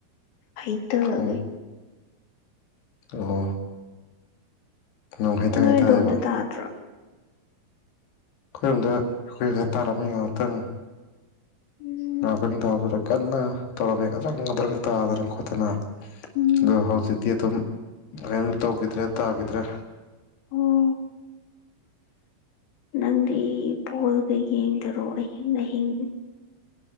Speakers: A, on the left; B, on the left.
A: ꯍꯩꯊꯒꯩ
B: ꯎꯝ ꯑꯣ ꯅꯣꯡ ꯍꯩꯇꯪ
A: ꯅꯣꯏ
B: ꯍꯩ ꯇꯥꯏꯌꯦꯕ
A: ꯑꯗꯣꯝꯗ ꯇꯥꯗ꯭ꯔꯣ
B: ꯑꯩꯈꯣꯏꯔꯣꯝꯗ ꯑꯩꯈꯣꯏ ꯈꯔꯥ ꯇꯥꯔꯝꯃꯤ ꯉꯥꯏꯍꯥꯛꯇꯪ
A: ꯎꯝ
B: ꯉꯥꯏꯍꯛꯇꯪ ꯇꯥꯕꯗꯥ ꯀꯟꯅ ꯇꯧꯔꯝꯃꯦ ꯒꯗ꯭ꯔꯪ-ꯒꯗ꯭ꯔꯪ ꯇꯥꯗꯅ ꯈꯣꯠꯇꯅ
A: ꯎꯝ
B: ꯑꯗꯣ ꯍꯧꯖꯤꯛꯇꯤ ꯑꯗꯨꯝ ꯀꯔꯤꯝ ꯇꯧꯈꯤꯗ꯭ꯔꯦ ꯇꯥꯈꯤꯗ꯭ꯔꯦ
A: ꯑꯣ ꯅꯪꯗꯤ ꯕꯣꯜꯒ ꯌꯦꯡꯗꯔꯣ ꯑꯍꯤꯡ-ꯑꯍꯤꯡ